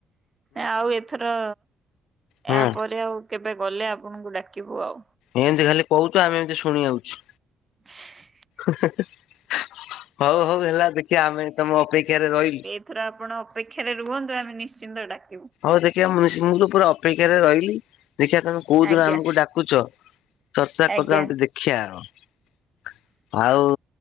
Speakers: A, on the right (about 25°); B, on the left (about 85°).
A: ଆଉ ଏଥର
B: ହଁ
A: ଏହା ପରେ ଆଉ କେବେ ଗଲେ ଆପଣଙ୍କୁ ଡାକିବୁ ଆଉ।
B: ଏମତି ଖାଲି କହୁଛୁ ଆମେ ଏମତି ଶୁଣି ଆଉଛୁ।
A: <inaudible>
B: ହଉ ହଉ ହେଲା ଦେଖିବା ଆମେ ତମ ଅପେକ୍ଷାରେ ରହିଲୁ।
A: ଏଥର ଆପଣ ଅପେକ୍ଷାରେ ରୁହନ୍ତୁ ଆମେ ନିଶ୍ଚିନ୍ତ ଡାକିବୁ।
B: ହଉ ଦେଖିବା ମୁଁ ନିଶ୍ଚିନ୍ତ ପୁରା ଅପେକ୍ଷାରେ ରହିଲି ଦେଖିବା ତମେ କୋଉ ଦିନ
A: ଆଜ୍ଞା
B: ଆମକୁ ଡାକୁଚ। ଚର୍ଚ୍ଚା ଫର୍ଚ୍ଚା
A: ଆଜ୍ଞା।
B: ଆମେ ଟିକେ ଦେଖିବା ଆଉ। ଆଉ